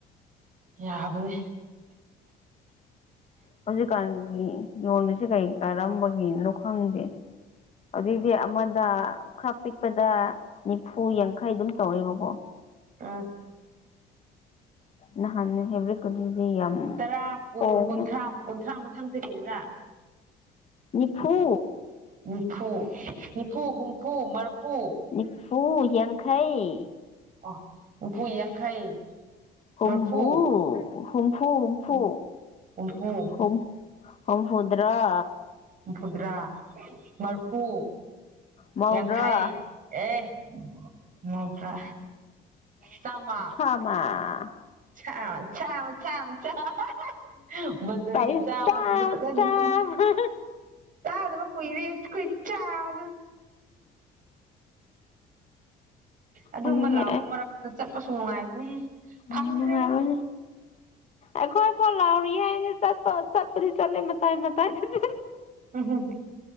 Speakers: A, on the right; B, on the left.
A: ꯌꯥꯕꯅꯦ
B: ꯍꯧꯖꯤꯛꯀꯥꯟꯒꯤ ꯌꯣꯟꯕꯁꯦ ꯀꯩ ꯀꯔꯝꯕꯒꯤꯅꯣ ꯈꯪꯗꯦ ꯍꯧꯖꯤꯛꯇꯤ ꯑꯃꯗ ꯈꯥ ꯄꯤꯛꯄꯗ ꯅꯤꯐꯨ ꯌꯥꯡꯈꯩ ꯑꯗꯨꯝ ꯇꯧꯌꯦꯕꯀꯣ
A: ꯎꯝ
B: ꯅꯥꯍꯟꯅ ꯍꯦꯕꯔ꯭ꯤꯗ ꯀꯤꯗꯨꯗꯤ ꯌꯥꯝ
A: ꯇꯔꯥ ꯀꯨꯟ
B: ꯍꯣꯡꯉꯦ
A: ꯀꯨꯟꯊ꯭ꯔꯥ ꯀꯨꯟꯊ꯭ꯔꯥ ꯃꯊꯪ ꯁꯤ ꯀꯔꯤꯔꯥ
B: ꯅꯤꯐꯨ
A: ꯅꯤꯐꯨ ꯅꯤꯐꯨ ꯍꯨꯝꯐꯨ ꯃꯔꯐꯨ
B: ꯅꯤꯄꯨ ꯌꯥꯡꯈꯩ
A: ꯑꯣ ꯎꯐꯨ ꯌꯥꯡꯈꯩ
B: ꯍꯨꯝꯕꯨ
A: ꯃꯔꯐꯨ
B: ꯍꯨꯝꯐꯨ ꯍꯨꯝꯐꯨ
A: ꯍꯨꯝꯐꯨ
B: ꯍꯨꯝ ꯍꯨꯝ ꯎꯗꯔꯣ
A: ꯍꯨꯝꯐꯨꯗ꯭ꯔꯥ ꯃꯔꯐꯨ
B: ꯃꯧꯗ꯭ꯔꯥ
A: ꯌꯥꯡꯈꯩ ꯑꯦ ꯃꯧꯗ꯭ꯔꯥ ꯆꯝꯃꯥ
B: ꯆꯥꯝꯃꯥ
A: ꯆꯝꯃꯥ ꯆꯝꯃꯥ ꯆꯝꯃꯥ ꯆꯝ <unintelligible> ꯚꯥꯖꯔ
B: ꯄꯥꯏꯁ
A: ꯒꯤ ꯆꯥꯝꯃꯥ
B: ꯆꯥꯝꯃ
A: ꯁꯤꯗꯤ ꯐꯖꯅꯥ ꯅꯨꯡꯁꯤ
B: ꯆꯥꯝꯃ
A: ꯇꯥꯗꯕꯥ ꯀꯨꯏꯔꯦ ꯈꯣꯏ ꯆꯝꯃꯥꯗꯣ ꯑꯗꯨꯃꯥ
B: ꯑꯗꯨꯅꯦ
A: ꯂꯧꯕ ꯃꯔꯛꯗ ꯆꯠꯄꯁꯨ ꯅꯨꯡꯉꯥꯏꯕꯅꯦꯍꯦ ꯐꯪꯗ꯭ꯔꯦꯉꯣ
B: ꯑ ꯅꯨꯡꯉꯥꯏꯕꯅꯦ ꯑꯩꯈꯣꯏ ꯐꯧ ꯂꯥꯎꯔꯤꯌꯦ ꯑꯩꯗꯤ ꯆꯠꯄ ꯆꯠꯄꯗꯤ ꯆꯠꯂꯦ ꯃꯇꯥꯏ ꯃꯇꯥꯏꯗꯥꯅꯦ
A: ꯎꯝ ꯍꯨꯝ